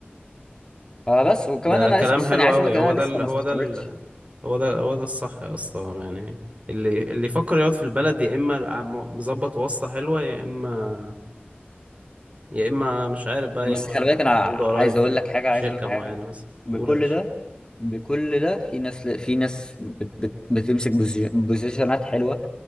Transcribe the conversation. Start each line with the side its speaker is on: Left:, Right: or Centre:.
Left: فبس وكمان
Right: ده
Left: انا
Right: كلام
Left: لسه اصلا
Right: حلو
Left: يعني عايز
Right: قوي
Left: اقول لك
Right: هو
Left: ان انا
Right: ده
Left: لسه
Right: ال...
Left: ما
Right: هو
Left: استقريتش
Right: ده ال... هو ده هو ده الصح يا اسطى يعني اللي اللي يفكر يقعد في البلد يا اما عم- مظبط واسطة حلوة يا اما يا اما مش عارف بقى
Left: بس
Right: يا اما
Left: خلي بالك انا
Right: عنده قرايب
Left: عايز
Right: في
Left: اقول لك حاجه
Right: شركة
Left: عايز اقول لك
Right: معينة
Left: حاجه
Right: مثلا
Left: بكل
Right: قول يا باشا
Left: ده بكل ده في ناس في ناس بت بت بتمسك بوزي- بوزيشنات حلوه